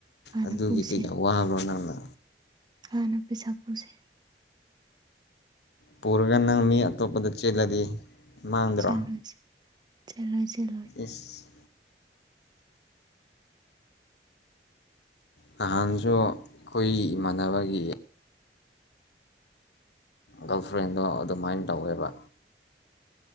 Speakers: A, on the right (about 25°); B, on the left (about 70°).
A: ꯍꯥꯟꯅ
B: ꯑꯗꯨꯒꯤ
A: ꯄꯨꯁꯦ
B: ꯀꯩ ꯑꯋꯥꯕ꯭ꯔꯣ ꯅꯪꯅ
A: ꯍꯥꯟꯅ ꯄꯩꯁꯥ ꯄꯨꯁꯦ
B: ꯄꯨꯔꯒ ꯅꯪ ꯃꯤ ꯑꯇꯣꯞꯄꯗ ꯆꯦꯜꯂꯗꯤ ꯃꯥꯡꯗ꯭ꯔꯣ
A: ꯆꯦꯂꯣ ꯆꯦꯂꯣꯏ ꯆꯦꯂꯣꯏ
B: ꯏꯁ ꯅꯍꯥꯟꯁꯨ ꯑꯈꯣꯏ ꯏꯃꯥꯟꯅꯕꯒꯤ ꯒꯜ ꯐ꯭ꯔꯦꯟꯗꯣ ꯑꯗꯨꯝꯃꯥꯏꯟ ꯇꯧꯋꯦꯕ